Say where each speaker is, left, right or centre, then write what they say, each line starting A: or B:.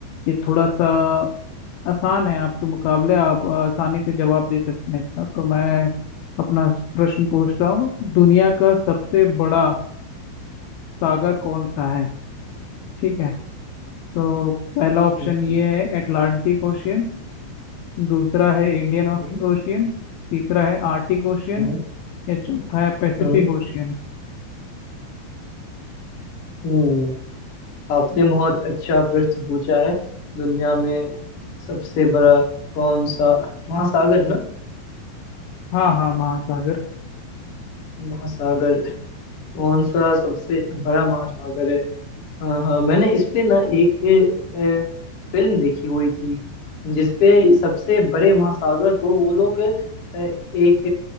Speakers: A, on the left; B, on the left.
A: ये थोड़ा सा आसान है आपके मुकाबले आप आसानी से जवाब दे सकते हैं इसका तो मैं अपना प्रश्न पूछ रहा हूँ दुनिया का सबसे बड़ा सागर कौन सा है ठीक है तो पहला ऑप्शन
B: ठीक
A: ये
B: है
A: है अटलांटिक ओशियन दूसरा है इंडियन
B: हम्म
A: ओशियन तीसरा है आर्टिक ओशियन
B: हम्म
A: या चौथा है पैसिफिक
B: हम्म।
A: ओशियन
B: हम्म आपने बहुत अच्छा प्रश्न पूछा है दुनिया में सबसे बड़ा कौन सा महासागर ना
A: हाँ हाँ महासागर
B: महासागर कौन सा सबसे बड़ा महासागर है हाँ हाँ मैंने इस पे ना एक अ, फिल्म देखी हुई थी जिसपे सबसे बड़े महासागर को वो लोग अ, एक